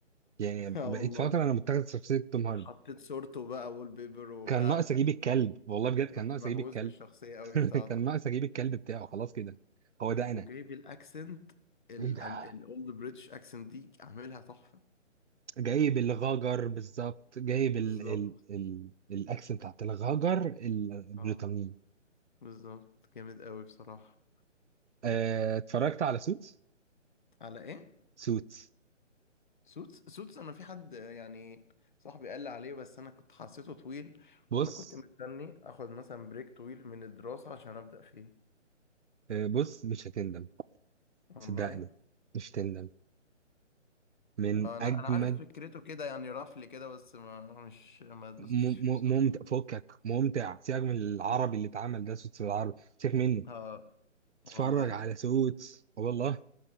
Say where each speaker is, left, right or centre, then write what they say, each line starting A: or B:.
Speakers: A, on the right; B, on the left.
A: يعني
B: <laughs> اه
A: بقيت
B: والله
A: فترة أنا متخذ شخصية توم هاردي
B: حطيت صورته بقى وول بيبر وبتاع
A: كان ناقص أجيب الكلب والله بجد كان
B: كنت
A: ناقص
B: مهووس
A: أجيب الكلب
B: بالشخصيه قوي
A: <laughs>
B: بتاعته
A: كان ناقص أجيب الكلب بتاعه خلاص كده هو ده أنا
B: وجايب الاكسنت الاولد
A: إيه ده
B: بريتش اكسنت دي عاملها تحفه
A: جايب الغاجر بالظبط جايب ال
B: بالظبط
A: ال ال الأكس بتاعت الغاجر البريطانية
B: اه بالظبط جامد قوي بصراحه
A: آه، اتفرجت على سوتس
B: وعلى ايه
A: سوتس
B: سوتس سوتس انا في حد آه، يعني صاحبي قال لي عليه بس انا كنت حسيته طويل
A: بص
B: وانا كنت مستني اخد مثلا بريك طويل من الدراسة عشان ابدأ فيه
A: آه، بص مش هتندم
B: والله
A: صدقني مش هتندم من
B: آه، انا
A: أجمد
B: انا عارف فكرته كده يعني رفل كده بس ما مش ما دوستش
A: م-
B: فيه
A: م-
B: بصراحة
A: ممتع فكك ممتع سيبك من العربي
B: والله
A: اللي اتعمل ده سوتس بالعربي سيبك منه
B: اه
A: اتفرج
B: والله
A: على سوتس آه والله